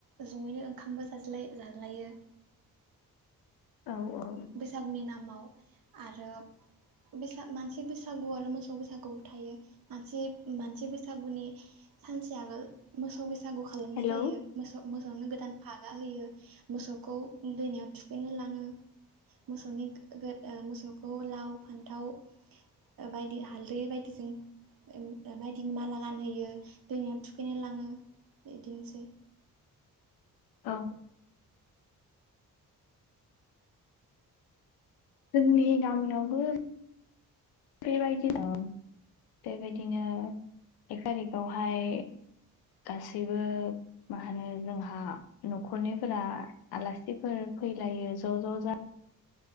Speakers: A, on the right; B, on the left.
A: जयैनो ओंखामबो जाज्ला-जाज्लायो।
B: औ औ।
A: बैसागुनि नामाव आरो बैसाग मानसि बैसागु आरो मोसौ बैसागुबो थायो। मानसि मानसि बैसागुनि सानसे आगोल मोसौ बैसागु खालामनाय
B: हेलौ
A: जायो। मोसौ मोसौनो गोदान फागा होयो मोसौखौ दैमायाव थुखैनो लाङो। मोसौनि गो गो ओ मोसौखौ लाव, फान्थाव ओ बायदि हालदै बायदिजों ओ बायदिनि माला गानहोयो दैमायाव थुखैनाय लाङो बिदिनोसै।
B: औ। जोंनि गामियावबो बेबायदिनो अ बेबायदिनो एक थारिखआवहाय गासैबो मा होनो जोंहा न'खरनिफोरा आलासिफोर फैलायो ज' ज' जा